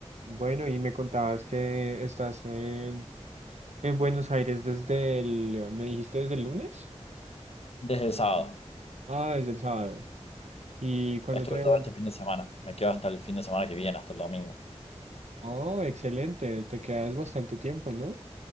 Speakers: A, on the right; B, on the left.
A: Bueno, y me contabas que estás en, en Buenos Aires desde el, ¿me dijiste desde el lunes?
B: Desde el sábado.
A: Ah, desde el sábado. ¿Y cuándo
B: Estuve
A: te devuelves?
B: todo este fin de semana. Me quedo hasta el fin de semana que viene, hasta el domingo.
A: Oh, excelente, te quedas bastante tiempo, ¿no?